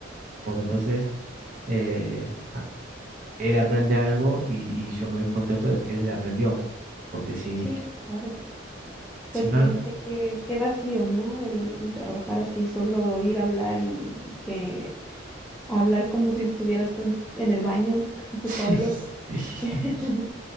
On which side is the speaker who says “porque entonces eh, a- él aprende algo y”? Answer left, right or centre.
Right